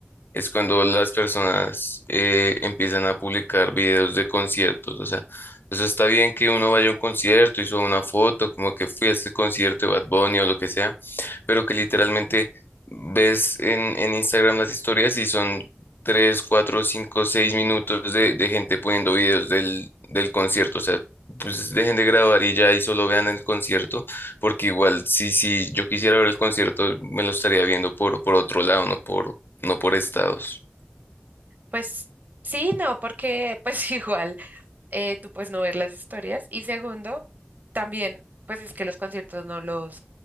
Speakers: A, on the left (about 60°); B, on the right (about 45°).
A: es cuando las personas eh, empiezan a publicar videos de conciertos. O sea, eso está bien que uno vaya a un concierto y suba una foto, como que fui a este concierto de Bad Bunny o lo que sea, pero que literalmente ves en, en Instagram las historias y son 3, 4, 5, 6 minutos de, de gente poniendo videos del, del concierto. O sea, pues dejen de grabar y ya y solo vean el concierto, porque igual si, si yo quisiera ver el concierto, me lo estaría viendo por, por otro lado, no por, no por estados.
B: Pues sí, no, porque pues <laughs> igual. eh, tú puedes no ver las historias. Y segundo, también, pues es que los conciertos no los,